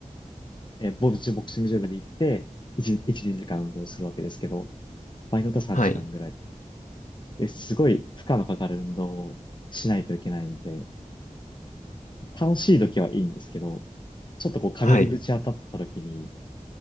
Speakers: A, on the left; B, on the left.
A: えーボルチボクシングジムに行って、1、1、2時間運動するわけですけど、場合によっては時間ぐらい。
B: はい。
A: え、すごい負荷のかかる運動をしないといけないんで、楽しい時はいいんですけど、ちょっとこう壁にぶち当たった時に、
B: はい。